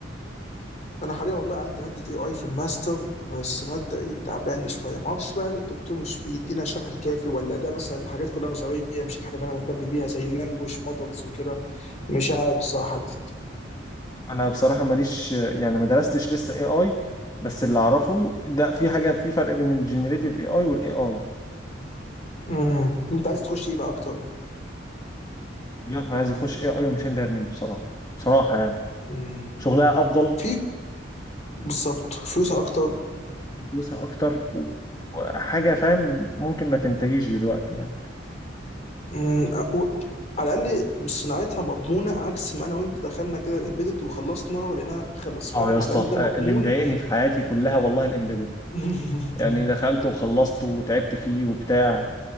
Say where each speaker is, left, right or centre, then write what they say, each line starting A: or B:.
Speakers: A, on the left; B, on the left.
A: انا حاليا والله عندي ماده اي اي في الماستر بس ماده ايه تعبان شويه ما اعرفش بقى هل الدكتور مش بيدينا الشرح الكافي ولا ده مثلا حاجات كلها نظريه مش الحاجه اللي انا مهتم بيها زي اللانجوج مودلز وكده مش عارف الصراحه حدد
B: انا بصراحه ماليش يعني ما درستش لسه اي اي بس اللي اعرفه ده في حاجه في فرق بين الجنريتيف اي اي والاي اي
A: امم انت عايز تخش ايه بقى اكتر
B: لا انا عايز اخش اي اي وماشين ليرنينج بصراحه بصراحه يعني
A: امم
B: شغلها افضل
A: في بالظبط فلوس اكتر
B: وفلوسها اكتر و- وحاجه فاهم ممكن ما تنتهيش دلوقتي يعني
A: مم، أقول- على الاقل صناعتها مضمونه عكس ما انا وانت دخلنا كده الامبيدد وخلصنا ولقيناها خلص فاهم
B: اه يا اسطى
A: على الاقل ده
B: آه،
A: مضمون
B: اللي مضايقني في حياتي كلها والله الامبيدد
A: <laughs>
B: يعني دخلت وخلصت وتعبت فيه وبتاع